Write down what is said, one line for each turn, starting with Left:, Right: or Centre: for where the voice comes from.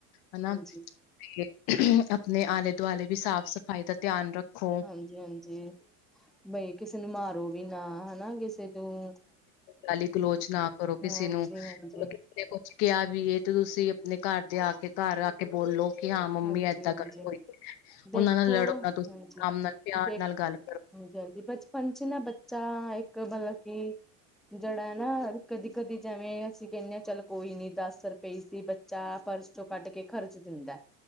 Left: ਹਨਾ,
Centre: ਹਾਂਜੀ।
Left: ਤੇ ਅਪਨੇ ਆਲੇ-ਦੁਆਲੇ ਵੀ ਸਾਫ਼-ਸਫ਼ਾਈ ਦਾ ਧਿਆਨ ਰੱਖੋ।
Centre: ਹਾਂਜੀ-ਹਾਂਜੀ, ਬਈ ਕਿਸੇ ਨੂੰ ਮਾਰੋ ਵੀ ਨਾ, ਹਨਾ ਕਿਸੇ ਤੋਂ
Left: ਗਾਲੀ ਗਲੋਚ ਨਾ ਕਰੋ ਕਿਸੀ
Centre: ਹਾਂਜੀ-ਹਾਂਜੀ,
Left: ਨੂੰ। ਤੇ ਕੁਝ ਕਿਹਾ ਵੀ ਏ, ਤੇ ਤੁਸੀਂ ਆਪਣੇ ਘਰਦੇ ਆਕੇ ਘਰ ਰੱਖ ਤੇ ਬੋਲੋ, ਕਿ ਹਾਂ ਮੰਮੀ
Centre: ਹਾਂਜੀ-ਹਾਂਜੀ
Left: ਇੱਦਾਂ ਗੱਲ ਹੋਈ
Centre: ਦੇਖੋ
Left: ਉਹਨਾਂ ਨਾਲ ਲੜੋ ਨਾ ਤੁਸੀ
Centre: ਹਾਂਜੀ।
Left: ਆਰਾਮ ਨਾਲ, ਪਿਆਰ
Centre: ਦੇਖ
Left: ਨਾਲ ਗੱਲ ਕਰੋ।
Centre: ਹਾਂਜੀ-ਹਾਂਜੀ, ਬਚਪਨ'ਚ ਨਾ ਬੱਚਾ ਇੱਕ ਮਤਲਬ ਕਿ ਜਿਹੜਾ ਐ ਨਾ ਕਦੀ ਕਦੀ ਜੈਵੇਂ, ਅਸੀਂ ਕਹਿਨੇ ਆ ਚੱਲ ਕੋਈ ਨੀ, ਦੱਸ ਰੁਪਏ ਸੀ ਬੱਚਾ ਪਰਸ'ਚੋਂ ਕੱਢਕੇ ਖਰਚ ਦਿੰਦਾ।